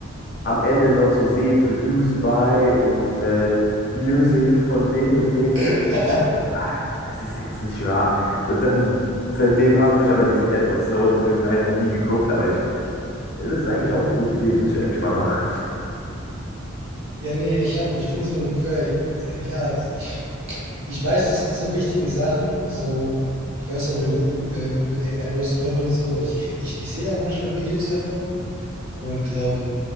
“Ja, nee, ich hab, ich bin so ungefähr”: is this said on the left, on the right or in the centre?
Right